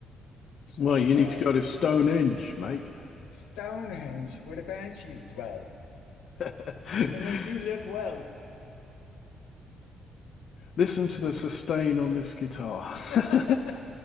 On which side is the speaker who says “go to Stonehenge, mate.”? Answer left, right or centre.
Left